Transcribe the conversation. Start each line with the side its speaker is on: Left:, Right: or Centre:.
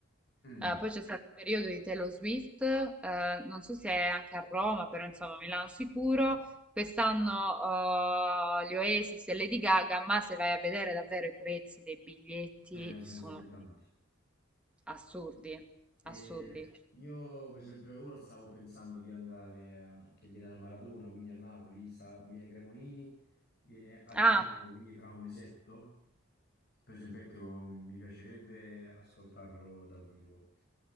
Left: mm,
Centre: Eh, poi c'è stato il periodo di Taylor Swift, eh, non so se è anche a Roma, però insomma a Milano sicuro. Quest'anno eh, gli Oasis e Lady Gaga, ma se vai a vedere davvero i prezzi dei biglietti
Left: eh, sono
Centre: sono
Left: esorbitanti.
Centre: assurdi,
Left: E
Centre: assurdi.
Left: io, per esempio, ora stavo pensando di andare a- che viene al Maradona, quindi a Napoli, sa- viene Cremonini, viene a
Centre: Ah,
Left: giugno, quindi fra un mesetto. Per esempio, ecco, mi piacerebbe ascoltarlo dal vivo,